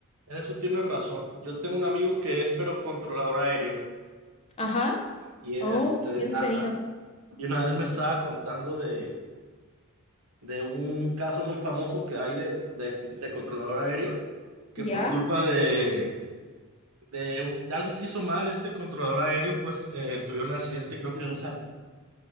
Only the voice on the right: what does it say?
En eso tienes razón. Yo tengo un amigo que es pero controlador aéreo.
Y este,
ajá. Y una vez me estaba contando de, de un caso muy famoso que hay de, de, de controlador aéreo, que
por culpa de, de, un- de algo que hizo mal este controlador aéreo, pues eh, tuvieron un accidente, creo que dos años